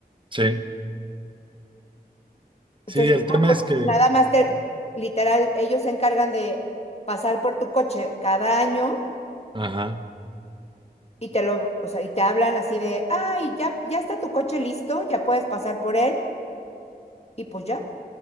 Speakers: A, on the right; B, on the left.
A: Sí,
B: Entonces,
A: sí, el
B: ah,
A: tema
B: pues,
A: es que,
B: nada más te, literal, ellos se encargan de pasar por tu coche cada año
A: ajá,
B: y te lo, o sea, y te hablan así de, ay, ya, ya está tu coche listo, ya puedes pasar por él, y pues ya,